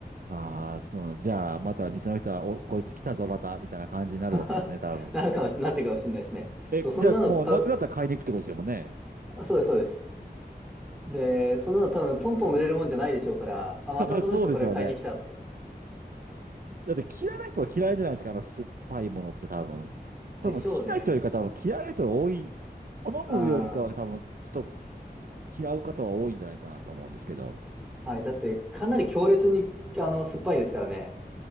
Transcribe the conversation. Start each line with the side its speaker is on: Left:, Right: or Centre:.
Right: ああ、そうじゃあ、また店の人は、お、こいつ来たぞ、また、みたいな感じになるわけですね、
Centre: <laughs>
Right: 多分。
Centre: なるかもし、なってるかもしれないですね。
Right: え、
Centre: そう、そんなの買う、
Right: じゃあ、もうなくなったら買いに行くってことですもんね。
Centre: あそうです、そうです。で、そんなの多分ポンポン売れるもんじゃないでしょうから、
Right: <laughs>
Centre: あ、またこの人これ買いに来たって。
Right: まあ、そうでしょうね。だって、嫌いな人は嫌いじゃないですか、あの酸っぱいものって多分。多分、
Centre: でしょうね。
Right: 好きな人よりか多分嫌いな人が多い。好むよりかは多分、
Centre: あ
Right: ちょっと嫌う方は多いんじゃないかなと思うんですけど。
Centre: あ、はい。だって、かなり強烈に、あの、酸っぱいですからね。